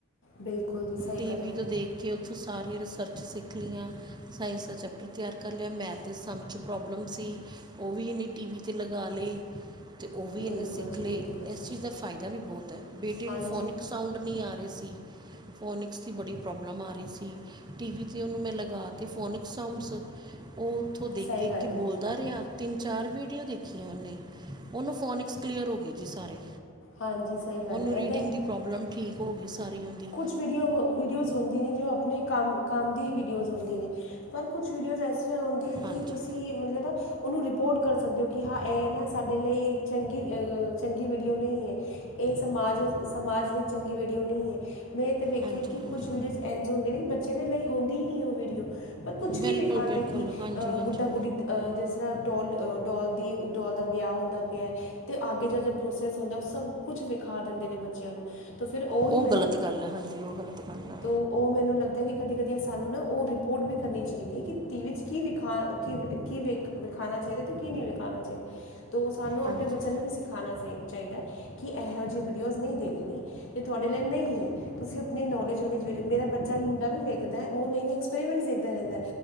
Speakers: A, on the left; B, on the right.
A: ਬਿਲਕੁਲ। ਜੀ ਸਹੀ
B: ਟੀ
A: ਗੱਲ
B: ਵੀ
A: ਹੈ
B: ਤੋਂ ਦੇਖ ਕਿ ਓਥੋਂ ਸਾਰੀਆਂ ਰਿਸਰਚ ਸਿੱਖ ਲੀਆਂ ਸਾਇੰਸ ਦਾ ਚੈਪਟਰ ਤਿਆਰ ਕਰ ਲਿਆ ਮੈਥ ਦੇ ਸਮ ਚ ਪ੍ਰੋਬਲਮ ਸੀ ਓ ਵੀ ਇਨੇ ਟੀਵੀ ਤੇ ਲਗਾ ਲਏ। ਤੇ ਓ ਵੀ
A: ਬਿਲਕੁਲ
B: ਏਨੇ ਸਿੱਖ
A: ਜੀ
B: ਲਏ
A: ਬਿਲਕੁਲ ਜੀ
B: ਇਸ ਚੀਜ਼ ਦਾ ਫਾਇਦਾ ਵੀ ਬੋਤ ਐ ਬੇਟੇ
A: ਹਾਂਜੀ
B: ਨੂੰ ਫੋਨਿਕ ਸਾਊਂਂਡ ਨੀ ਆ ਰੇ ਸੀ। ਫੋਨਿਕਸ ਦੀ ਬੜੀ ਪ੍ਰੋਬਲਮ ਆ ਰਈ ਸੀ ਟੀ ਵੀ ਤੇ ਓਨੂੰ ਮੈਂ ਲਗਾ ਤੇ ਫੋਨਿਕਸ ਸਾਊਂਡਸ ਓ ਓਥੋਂ ਦੇਖ-ਦੇਖ
A: ਸਹੀ ਗੱਲ
B: ਕੇ
A: ਹੈ
B: ਬੋਲ ਦਾ ਰਿਆ ਤਿੰਨ ਚਾਰ ਵੀਡੀਓ ਦੇਖੀਆਂ ਓਨੇ ਓਨੂੰ ਫੋਨਿਕਸ ਕਲੀਅਰ ਹੋ ਗਏ ਜੀ ਸਾਰੇ।
A: ਹਾਂਜੀ ਸਹੀ ਗੱਲ
B: ਓਨੂੰ
A: ਹੈ
B: ਰੀਡਿੰਗ
A: ਇਹ
B: ਦੀ ਪ੍ਰੋਬਲਮ ਠੀਕ ਹੋ ਗਈ ਸਾਰੀ ਓਂਦੀ।
A: ਕੁਛ ਵੀਡੀਓ ਹੋ ਵੀਡੀਓਜ਼ ਹੁੰਦੀ ਨੇ ਜੋ ਆਪਨੇ ਕੰਮ-ਕੰਮ ਦੀ ਵੀਡੀਓਜ਼ ਹੁੰਦੀ ਨੇ। ਪਰ ਕੁਛ ਵੀਡੀਓਜ਼ ਐਸੀਆਂ ਔਂਦੀਐ
B: ਹਾਂਜੀ
A: ਕਿ ਤੁਸੀਂ ਮਤਲਬ ਨਾ ਓਨੂੰ ਰਿਪੋਟ ਕਰ ਸਕਦੇ ਹੋ ਕਿ ਹਾਂ ਐਹ ਨਾ ਸਾਡੇ ਲਈ ਚੰਗੀ-ਚੰਗੀ ਵੀਡੀਓ ਨਈ ਐ। ਏ ਸਮਾਜ-ਸਮਾਜ ਲਈ ਚੰਗੀ ਵੀਡੀਓ ਨਈ ਐ। ਮੈਂ ਏ ਤੇ ਵੇਖਿਆ
B: ਹਾਂਜੀ
A: ਕਿ
B: ਹਾਂਜੀ
A: ਕੁਛ ਵੀਡੀਓਜ਼ ਐਂਜ ਹੁੰਦੀਆਂ ਨੇ ਬੱਚਿਆਂ ਦੇ ਲਈ ਹੁੰਦੀ ਈ ਨਈ ਓ ਵੀਡੀਓ। ਪਰ ਕੁੱਛ
B: ਬਿਲਕੁਲ
A: ਵੀ ਵਿਖਾਂਦੇ
B: ਬਿਲਕੁਲ
A: ਕੀ
B: ਹਾਂਜੀ
A: ਅਹ
B: ਹਾਂਜੀ
A: ਗੁੱਡਾ ਗੁੱਡੀ ਜਿਸ ਤਰ੍ਹਾਂ ਡੌਲ-ਡੌਲ ਦੀ ਡੌਲ ਦਾ ਵਿਆਹ ਹੁੰਦਾ ਪਿਆ ਤੇ ਆੱਗੇ ਜਾ ਜੋ ਪ੍ਰੋਸੈਸ ਹੁੰਦਾ ਓ ਸਬ ਕੁਛ ਵਿਖਾ ਦਿੰਦੇ ਨੇ ਬੱਚਿਆਂ ਨੂੰ। ਤਾਂ ਫਿਰ ਉਹ ਹੀ
B: ਓ ਗ਼ਲਤ ਗੱਲ ਐ ਹਾਂਜੀ ਓ ਗ਼ਲਤ ਗੱਲ ਆ।
A: ਓ ਮੈਨੂੰ ਲੱਗਦਾ ਕਿ ਕਦੀ-ਕਦੀ ਸਾਨੂੰ ਨਾ ਉਹ ਰਿਪੋਟ ਵੀ ਕਰਨੀ ਚਾਈਦੀ ਐ ਕਿ ਟੀ ਵੀ ਚ ਕੀ ਵਿਖਾ ਕੀ ਕੀ ਵੇਖ ਵਿਖਾਨਾ ਚਾਈਦਾ ਤੇ ਕੀ ਨਈ ਵੇਖਾਨਾ ਚਾਈਦਾ, ਤੇ ਓ ਸਾਨੂੰ ਆਪਣੇ
B: ਹਾਂਜੀ
A: ਬੱਚਿਆਂ ਨੂੰ ਵੀ ਸਿਖਾ ਖਾਨਾ ਸਈ ਚਾਈਦਾ ਕਿ ਐਹੋ ਜੀ ਵੀਡੀਓਜ਼ ਨਈ ਦੇਖਨੀ ਏ ਤੁਹਾਡੇ ਲਈ ਨਈ ਐ। ਤੁਸੀਂ ਆਪਨੀ ਨੌਲੇਜ ਵਾਲੀ ਵੀਡਿਓ ਮੇਰਾ ਬੱਚਾ ਮੁੰਡਾ ਵੀ ਵੇਖਦਾ ਐ ਓ ਨਏ-ਨਏ ਐਕਸਪੈਰੀਮੈਂਟਸ ਦੇਖਦਾ ਰੈਂਦੈ।